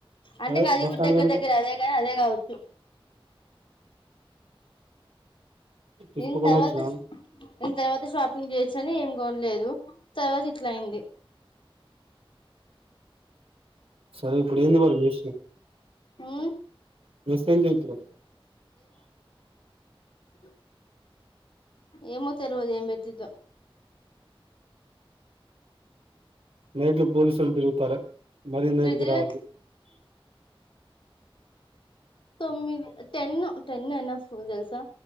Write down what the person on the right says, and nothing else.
అదే
బస్
స్టాండ్
వెనక
తీసుకోకుండా
వచ్చినా
సరే ఇప్పుడు ఎంది వాళ చస
మెస్ ఎంతరు
నైట్ లో పోలీస్ల్తరు త మరి నైటీ
రావదు